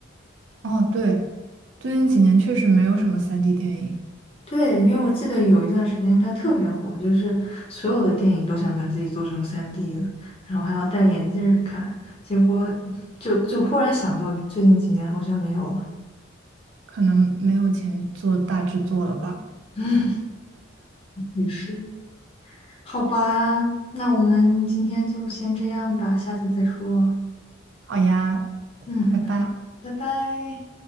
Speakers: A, on the right; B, on the left.
A: 哦，对。最近几年确实没有什么三 d 电影，
B: 对，因为我记得有一段时间它特别火，就是所有的电影都想把自己做成三 d 的，然后还要戴眼镜儿看，结果就就忽然想到最近几年好像没有了。
A: 可能没有钱做大制作了吧。
B: <laughs> 嗯，也是。好吧，那我们今天就先这样吧，下次再说。
A: 好呀，
B: 嗯，
A: 拜拜。
B: 拜拜。